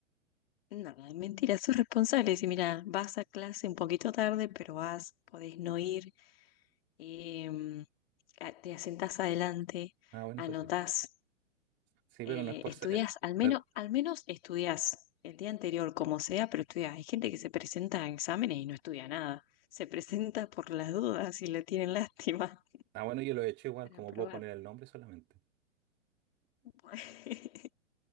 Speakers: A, on the left (about 50°); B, on the right (about 30°).
A: no, es mentira, sos responsable. Decir, mira, vas a clase un poquito tarde, pero vas, podés no ir em, a- te asentás adelante,
B: Ah, bueno,
A: anotás,
B: eso sí. Sí,
A: eh,
B: pero no es por
A: estudias,
B: ser...
A: al
B: no
A: menos,
B: es-
A: al menos estudias el día anterior, como sea, pero estudias. Hay gente que se presenta a exámenes y no estudia nada, se presenta por las dudas y le tienen lástima
B: Ah, bueno, yo lo he hecho igual,
A: para
B: como
A: probar.
B: puedo poner el nombre solamente.
A: <laughs>